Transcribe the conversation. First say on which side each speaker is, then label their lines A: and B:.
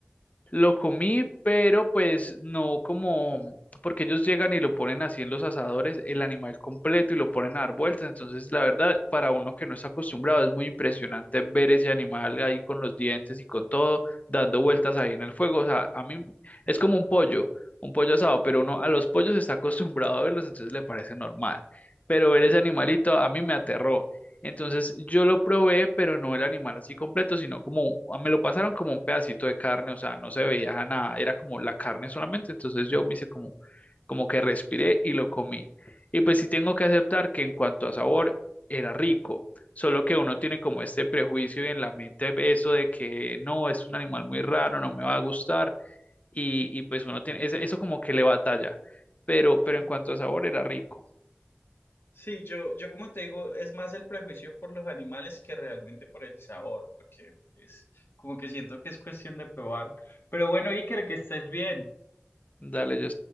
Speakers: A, on the left; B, on the left.
A: lo comí, pero pues no como, porque ellos llegan y lo ponen así en los asadores, el animal completo y lo ponen a dar vueltas. Entonces, la verdad, para uno que no está acostumbrado, es muy impresionante ver ese animal ahí con los dientes y con todo, dando vueltas ahí en el fuego. O sea, a mí es como un pollo, un pollo
B: Claro.
A: asado, pero uno a los pollos está acostumbrado a verlos, entonces le parece normal. Pero ver ese animalito a mí me aterró. Entonces yo lo probé, pero no el animal así completo, sino como me lo pasaron como un pedacito de carne, o sea, no se veía nada, era como la carne solamente, entonces yo me hice como, como que respiré y lo comí. Y pues sí tengo que aceptar que en cuanto a sabor era rico, solo que uno tiene como este prejuicio en la mente eso de que no, es un animal muy raro, no me va a gustar y, y pues uno tiene ese- eso como que le batalla, pero,
B: Ajá.
A: pero en cuanto a sabor era rico.
B: Sí, yo, yo como te digo, es más el prejuicio por los animales que realmente por el sabor, porque es como que siento que es cuestión de probar. Pero bueno, Iker, que estés bien.
A: Dale, yo